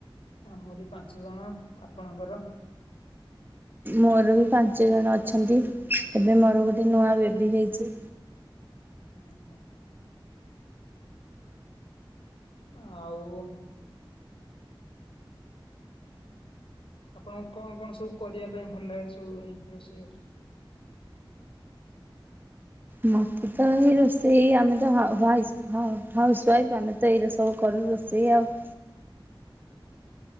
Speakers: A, on the left; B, on the right.
A: ଆମରି ପାଞ୍ଚ ଜଣ। ଆପଣଙ୍କର?
B: ମୋର ବି ପାଞ୍ଚ ଜଣ ଅଛନ୍ତି ଏବେ ମୋର ଗୋଟେ ନୂଆ ବେବି ହେଇଚି।
A: ଓହୁଁ। ଆଉ। ଆପଣଙ୍କୁ କଣ କଣ ସବୁ କରିବା ପାଇଁ ଭଲ ଲାଗେ ସବୁ ରୋଷେଇ ବାସ?
B: ମତେ ତ ଏଇ ରୋଷେଇ ଆମେ ତ ହା - ହ୍ୱାଇସ୍ ହଉ ହାଉସ୍ ୱାଇଫ ଆମେ ତ ଏଇରା ସବୁ କରୁ ରୋଷେଇ ଆଉ।